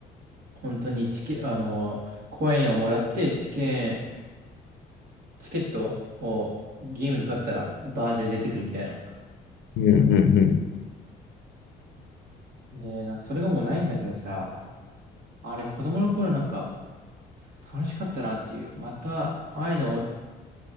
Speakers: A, on the right (about 65°); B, on the left (about 80°).
A: 本当にチケ、あの、コインをもらって、チケ、チケットをゲームで買ったら、バーって出てくるみたいな。
B: うんうんうん。
A: で、なんか、それがもうないんだけどさ、あれ、子供の頃なんか、楽しかったなっていう、また、ああいうの